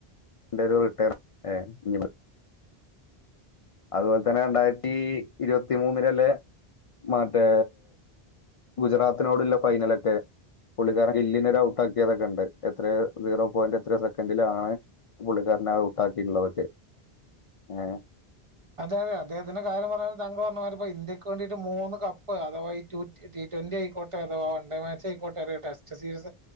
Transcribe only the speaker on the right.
അതെ അതെ അദ്ദേഹത്തിന്റെ കാര്യം പറയ താങ്കൾ പറഞ്ഞ മാതിരി ഇപ്പ ഇന്ത്യക്ക് വേണ്ടിട്ട് മൂന്ന് കപ്പ് അഥവാ ടു ടി ട്വ ട്വന്റി ആയിക്കോട്ടെ അഥവാ വൺ ഡേ മാച്ച് ആയിക്കോട്ടെ ഒരു ടെസ്റ്റ് സീരീസ്